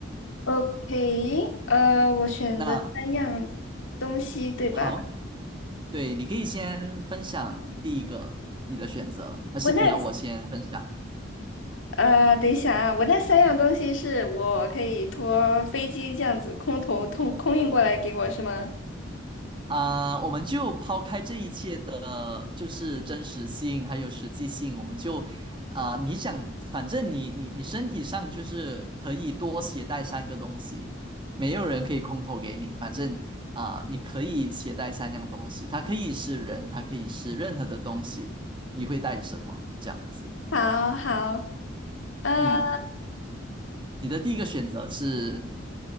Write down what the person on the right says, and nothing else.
那
好，对，你可以先分享第一个你的选择，还是你要我先分享？
啊、我们就抛开这一切的，就是真实性还有实际性，我们就，啊、你想，反正你你你身体上就是可以多携带三个东西，没有人可以空投给你，反正啊、你可以携带三样东西，它可以是人，它可以是任何的东西，你会带什么？这样子，
嗯，你的第一个选择是，